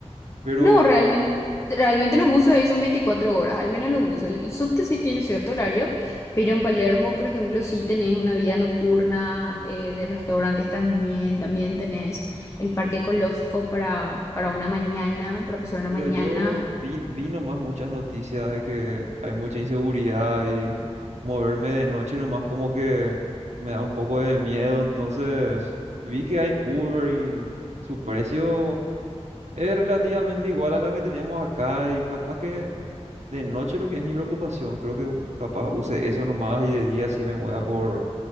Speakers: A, on the right; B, on the left.
A: Pero,
B: No, realmente, realmente los buses ahí son 24 horas, al menos los buses. El, el subte sí tiene cierto horario, pero en Palermo, por ejemplo, sí tenés una vida nocturna eh, de restaurantes también, también tenés el parque ecológico para, para una mañana, para pasar una
A: pero
B: mañana.
A: yo vi, vi nomás muchas noticias de que hay mucha inseguridad y moverme de noche nomás como que me da un poco de miedo. Entonces vi que hay Uber y su precio es relativamente igual a la que tenemos acá y capaz que... De noche lo que es mi preocupación, creo que capaz use eso nomás y de día sí me mueva por